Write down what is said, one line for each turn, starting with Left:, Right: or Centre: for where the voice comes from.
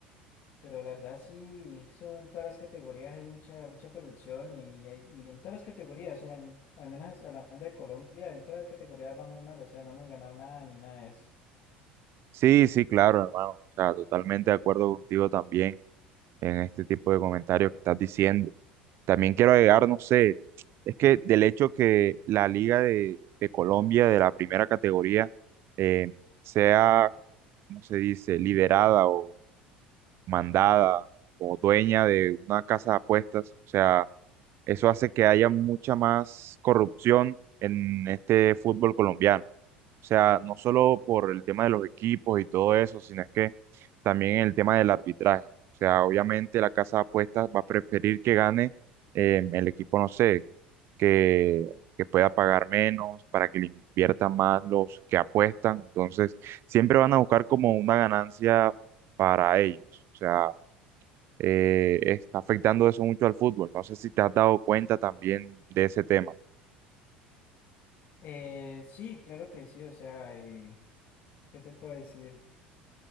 Left: pero la verdad sí, eso en todas las categorías hay mucha, mucha corrupción y, hay- y en todas las categorías, o sea, en- al menos hablando de Colombia, en todas las categorías vamos mal, o sea, no hemos ganado nada ni nada de eso.
Right: Sí, sí, claro, hermano, o sea, totalmente de acuerdo contigo también en este tipo de comentarios que estás diciendo. También quiero agregar, no sé, es que del hecho que la Liga de, de Colombia de la primera categoría eh, sea, ¿cómo se dice?, liderada o mandada o dueña de una casa de apuestas, o sea, Eso hace que haya mucha más corrupción en este fútbol colombiano. O sea, no solo por el tema de los equipos y todo eso, sino es que también el tema del arbitraje. O sea, obviamente la casa de apuestas va a preferir que gane eh, el equipo, no sé, que, que pueda pagar menos, para que le inviertan más los que apuestan. Entonces, siempre van a buscar como una ganancia para ellos. O sea, eh, está afectando eso mucho al fútbol. No sé si te has dado cuenta también de ese tema.
Left: Eh, sí, claro que sí, o sea, eh, ¿qué te puedo decir?